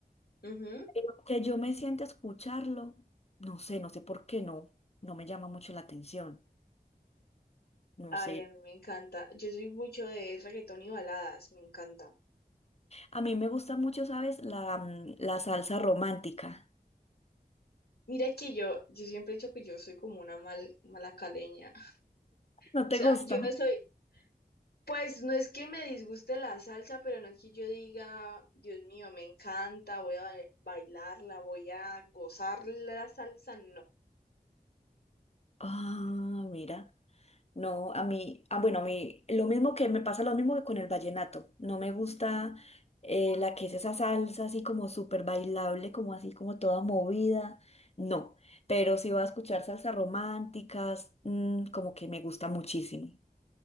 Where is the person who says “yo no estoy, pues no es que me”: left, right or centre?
Left